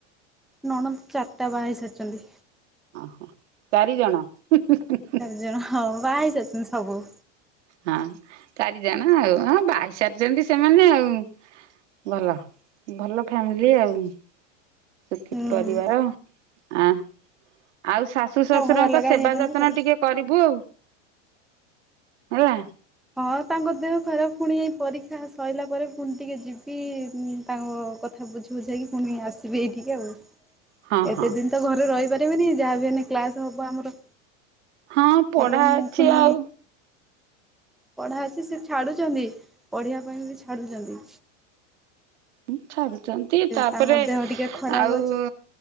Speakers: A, in the centre; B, on the right.
A: ନଣନ୍ଦ ଚାରିଟା ବାହା ହେଇ ସାରିଚନ୍ତି।
B: ଓହୋ ଚାରି ଜଣ। ପିକ ପିକିକ <inaudible>
A: ଚାରି ଜଣ ହଁ ବାହା ହେଇ ସାରିଚନ୍ତି ସବୁ।
B: ହାଁ ଆଁ ଚାରିଜଣ ଆଉ ହଁ ବାହା ହେଇସାରିଚନ୍ତି ସେମାନେ ଆଉ। ଭଲ ଭଲ ଫ୍ୟାମିଲି ଆଉ। ସୁଖି
A: ହୁଁ
B: ପରିବାର ଆଁ ଆଉ ଶାଶୁ ଶଶୁରଙ୍କ
A: ସବୁ ଅଲଗା
B: ସେବା
A: ହେଇଯାଇଛନ୍ତି
B: ଯତ୍ନ
A: ଭଲ।
B: ଟିକେ କରିବୁ ଆଉ ହେଲା।
A: ହଁ ତାଙ୍କ ଦେହ ଖରାପ ପୁଣି ଏଇ ପରୀକ୍ଷା ସରିଲା ପରେ ପୁଣି ଟିକେ ଯିବି ତାଙ୍କ କଥ୍ କଥା ବୁଝି ବୁଝାକି ପୁଣି ଆସିବି ଏଇଠିକି ଆଉ।
B: ହଁ <inaudible>
A: ଏତେ
B: ହଁ।
A: ଦିନ୍ ତ ଘରେ ରହିପାରିବିନି। ଯାହା ବି ହେନେ କ୍ଲାସ ହବ ଆମର।
B: ହଁ ପଢା
A: ହେଲେ ମୁଁ
B: ଅଛି
A: ପୁଣି
B: ଆଉ
A: ପଢ଼ା ଅଛି। ସେ ଛାଡ଼ୁଚନ୍ତି ପଢ଼ିବା ପାଇଁ ବି ଛାଡ଼ୁଚନ୍ତି।
B: ଉଁ ଛାଡୁଚନ୍ତି ତାପରେ
A: ତାଙ୍କ ଦେହ ଟିକେ ଖରାପ
B: ଆଉ
A: ଅଛି